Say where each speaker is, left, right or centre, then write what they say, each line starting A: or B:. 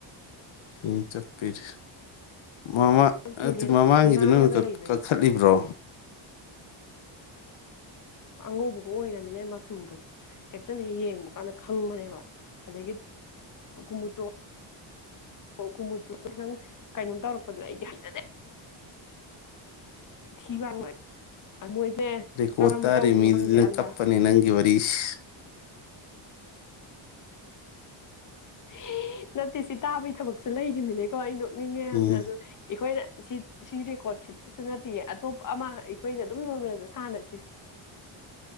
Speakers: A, on the left; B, on the left.
A: ꯍꯦ ꯆꯞꯄꯦꯔꯦ ꯃꯃꯥ
B: ꯇꯣꯏꯂꯦꯠ
A: ꯑꯠꯇꯦ ꯃꯃꯥꯡꯒꯤꯗꯨ
B: ꯅꯥꯜꯂꯒ
A: ꯅꯪꯅ ꯀꯛ
B: ꯂꯩꯕꯁꯤꯒ
A: ꯀꯛꯊꯠꯂꯤꯕ꯭ꯔꯣ
B: ꯑꯉꯧꯕꯒ ꯑꯣꯏꯔꯝꯃꯤꯅ ꯃꯆꯨꯗꯣ ꯍꯦꯛꯇꯅꯦ ꯌꯦꯡꯕ ꯀꯥꯟꯗ ꯈꯪꯕꯅꯦꯕ ꯑꯗꯒꯤ ꯀꯨꯃꯨꯠꯇꯣ ꯑꯣ ꯀꯨꯝꯃꯨꯠꯇꯨ ꯈꯤꯇꯪ ꯀꯩꯅꯣꯝ ꯇꯧꯔꯛ ꯑꯗꯨ ꯑꯩꯗꯤ ꯍꯩꯅꯗꯦ ꯊꯤꯕꯥ ꯑꫭꯏ ꯑ ꯃꯣꯏꯖꯦ
A: ꯔꯦꯀꯣꯔꯠ
B: ꯀꯔꯝꯕ
A: ꯇꯥꯔꯤ
B: ꯇꯧꯔꯤꯃꫭ
A: ꯃꯤꯗꯨꯗꯤ
B: ꯈꯪꯗꯦ
A: ꯅꯪ
B: ꯑꯜꯂꯥ
A: ꯀꯞꯄꯅꯤ ꯅꯪꯒꯤ ꯋꯥꯔꯤꯁꯤ
B: ꯍꯤ ꯅꯠꯇꯦ ꯁꯤ ꯇꯥꯕꯩ ꯊꯕꯛꯁꯨ ꯂꯩꯔꯤꯝ ꯃꯅꯦꯀꯣ ꯑꯩ ꯅꯤꯡꯉꯦꯌꯥꯝꯅ
A: ꯎꯝ
B: ꯑꯗꯣ ꯏꯈꯣꯏꯅ ꯁꯤ ꯁꯤ ꯔꯦꯀꯣꯔꯠꯁꯤꯗꯁꯨ ꯅꯠꯇꯤꯌꯦ ꯑꯇꯣꯞꯄ ꯑꯃ ꯑꯩꯈꯣꯏꯅ ꯑꯗꯨꯝ ꯅꯣꯔꯃꯦꯜꯗ ꯁꯥꯟꯅꯁꯤ